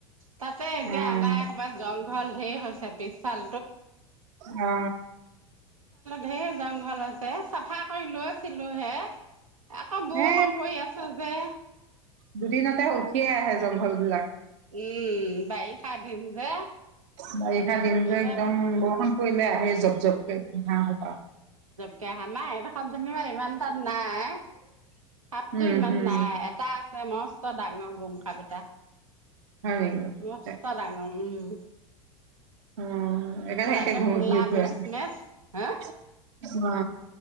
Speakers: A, on the right; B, on the right.
A: তাতে এতিয়া
B: উম,
A: আমাৰ কবা জং ঘল ধেই হৈছে পিছফাল
B: অ।
A: ঢেৰ জংঘল আছে কথা কৈ লৈছিলো হে। আকৌ বৰষুণ
B: এ
A: পৰি আছে যে।
B: দুদিনতে উঠিয়ে আহে জংঘল বিলাক।
A: উম বাইখা দিন যে।
B: বাৰিষা দিন যে
A: এতিয়া
B: একদম বৰষুণ পৰিলে আহে জপ জপকৈ ঘাঁহ সোপা।
A: কে আহা নাই তুমিও ইমান তাত নাই। সাপটো
B: উম,
A: ইমান
B: হুম,
A: নাই, এটা আছে মস্ত ডাঙৰ গোম সাপ এটা
B: হয় নেকি?
A: মস্ত ডাঙৰ, উম।
B: উম! একেলগে
A: তাকে
B: ঘুম
A: কোলা
B: ঘুৰি ফুৰে,
A: মেচ মেচ হা
B: অ'!